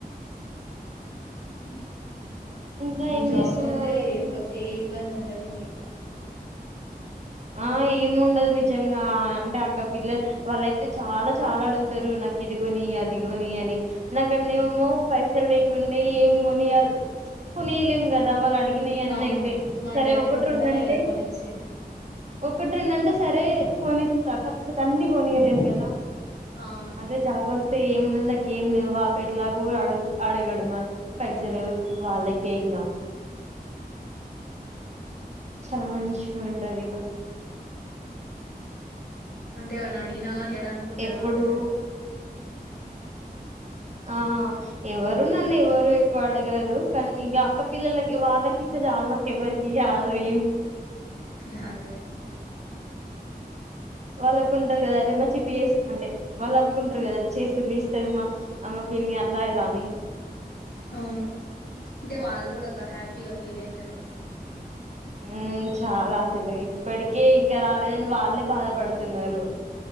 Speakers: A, on the left (about 85°); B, on the right (about 45°).
A: ఉహ్
B: ఇంకా
A: హు
B: ఏం
A: జాబ్
B: చేస్తున్నారు
A: ఉంటే ఏ
B: ఇంకా
A: ఇబ్ ఏ ఇబ్బంది ఉండదు మీకు.
B: ఆ ఎముండద్ ని జంగా అంటే అక్క పిల్ల వాళ్ళయితే చాలా చాలా అడుగుతారు. నాక్ ఇదిగొని అదిగోని అని నాక్కడనేమో పైసల్ లేకుండే, ఏం కొనియాల్ ప్చ్ కొనీయలేం గాదా. వాళ్ళు అడిగ్ గిన్ననాయితే.
A: అవునవును మన
B: సరే
A: దగ్గర
B: ఒకట్రొండు
A: ఉంటేనే
B: అంటే
A: కదా కొనిచ్చేది
B: ఒకట్ రెండ్ అంటే సరే కొనిస్తా. కాకపోతే అన్ని గొనియలేన్ గాదా.
A: అవును
B: అదే జాబ్ వ స్తే ఏమున్నాద్ నాకేంలేద్ అప్పడేట్లాగో అడగాడు, మా పైసలు వాళ్ళకే. ఇగ చాలా మంచిగుంటదిగా.
A: అంటే ఎవరైనా అడిగిన గాని, ఇయాడానీకుంటది
B: ఎప్పుడు
A: మన్దగ్గర.
B: ఆ ఎవరునన్నేవరు ఎక్కువ అడగారు కాన్, ఇగా అక్కపిల్లలకి వాళ్ళకి. స్తే చాల్నాకేవరికియాల్లానీ
A: అదే అదే
B: వాళ్ళకుంటది గాదా, అరే మా చిట్టి చేస్ అంటే, వాళ్ళు అనుకుంట్రు గాదా చేస్తుంది. ఇస్తది మాక్ అమ్ పిన్ని, అట్లయిలానీ
A: అవును అంటే. వాళ్ళు గూడా ఒక హ్యాపీగా ఫీల్ అయితారు.
B: ఉమ్ చాలా అసలు ఇప్పడికి, ఇంకా రాలేదని వాళ్ళే బాధపడుతున్నారు.